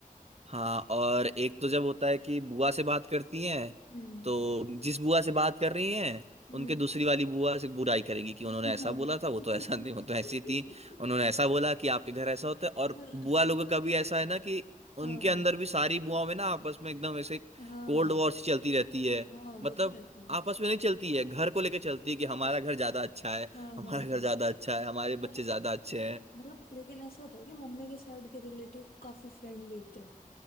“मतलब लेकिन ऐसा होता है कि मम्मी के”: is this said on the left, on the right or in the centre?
Left